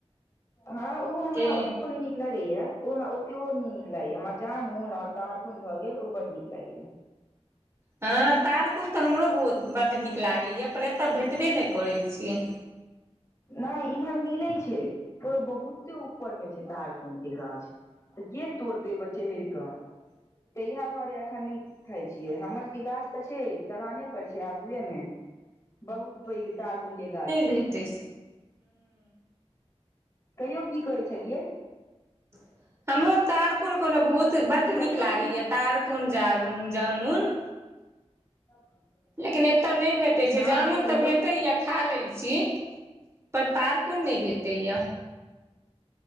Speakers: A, on the left; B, on the right.
A: हँ ओ हमरा
B: की
A: ओतबो नय नीक लागैये उ हमरा ओतेयो नय नीक लागैये हमरा जामुन आओर तारकुन भऽ गेल ओ बड्ड नीक लागैये
B: हँ तारकुन तऽ हमरो बहुत बड्ड नीक लागैए पर एतऽ भेटबे नय करै छियै।
A: नय इम्हर मिलै छै ओ बहुते ऊपर मे छै तारकुन के गाछ तऽ के तोड़तै ओहि पर चढ़ि कऽ तऽ इहे दुआरे अखन नय खाय छियै हमर सबके गाछ तऽ छै दलाने पर छै आगुए मे बहुत पैघ तारकुन के गाछ
B: तैस <inaudible>
A: कहियौ की कहै छेलियै।
B: <inaudible> हमरो तारकुन कोहलौं बहुत बड्ड नीक
A: कहियो
B: लागैए
A: की
B: तारकुन जाबुन जामुन <inaudible>
A: <inaudible>
B: लेकिन एतऽ नय भेटै छै
A: हँ
B: जामुन
A: हँ कहियौ
B: तऽ भेटैए खा लै छी पर तारकून नय भेटैय